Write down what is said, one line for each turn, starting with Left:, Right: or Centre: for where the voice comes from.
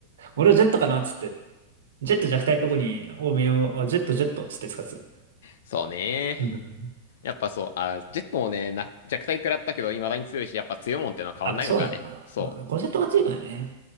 Right: 俺はジェットかなっつって。ジェット弱体過去に、多めを、あジェットジェットっつって使ってた。
Left: そうね。
Right: うん
Left: やっぱそう、あ、ジェットもね、な弱体食らったけど、未だに強いし、やっぱ強いもんってのは変わんないのかね。
Right: やっぱそうなんだな。
Left: そう。
Right: うんコンセプトが強いからね。